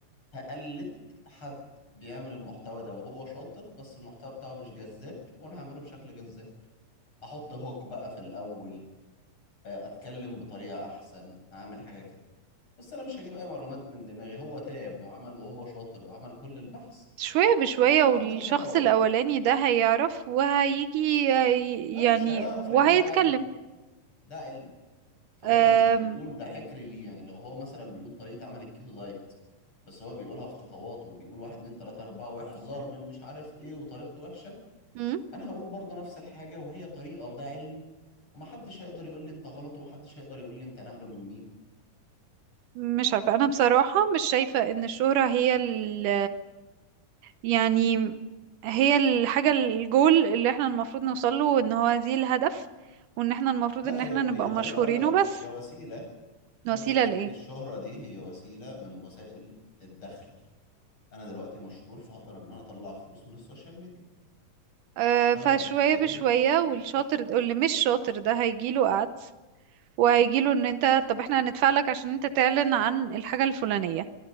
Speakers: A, on the left (about 40°); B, on the right (about 75°).
A: هقلد حد بيعمل المحتوى ده وهو شاطر بس المحتوى بتاعه مش جذاب وانا هعمله بشكل جذاب احط هوك بقى في الاول آه، اتكلم بطريقة احسن اعمل حاجة كده بس انا مش هجيب اي معلومات من دماغي هو تاب وعمل وهو شاطر وعمل كل البحث
B: شوية بشوية
A: وانا
B: والشخص
A: هاخد الحاجة واقولها
B: الاولاني ده هيعرف وهيجي ي-
A: لا
B: يعني
A: مش هيعرف
B: وهيتكلم
A: لان ده علم ده علم فهو
B: أم،
A: مش هيقول ده حكري ليه يعني لو هو مثلا بيقول طريقة عمل الكيتو دايت بس هو بيقولها في خطوات وبيقول واحد اتنين تلاتة أربعة واحذر من مش عارف ايه وطريقته وحشة
B: مم؟
A: أنا هقول برضه نفس الحاجة وهي طريقة وده علم ومحدش هيقدر يقول لي أنت غلط ومحدش هيقدر يقول لي أنت نقله من مين
B: مش عارفة أنا بصراحة مش شايفة إن الشهرة هي ال يعني هي الحاجة الجول اللي احنا المفروض نوصله وإن هو دي الهدف وإن احنا المفروض
A: لا
B: إن
A: هي
B: احنا نبقى
A: هي طريقة
B: مشهورين
A: لا
B: وبس
A: هي وسيلة أنا
B: وسيلة
A: بالنسبة
B: لإيه
A: لي الشهرة دي هي وسيلة من وسائل الدخل أنا دلوقتي مشهور فهقدر إن أنا أطلع فلوس من السوشيال ميديا
B: أه
A: فأنا
B: فشوية
A: بالنسبة
B: بشوية
A: لي آه،
B: والشاطر
A: مش مش-
B: واللي مش شاطر ده هيجيله قعد وهيجيله ان انت طب احنا هندفع لك عشان انت تعلن عن الحاجة الفلانية